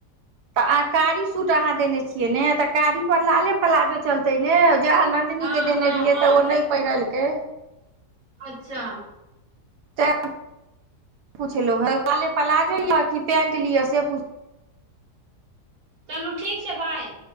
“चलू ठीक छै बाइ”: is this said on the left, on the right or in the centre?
Right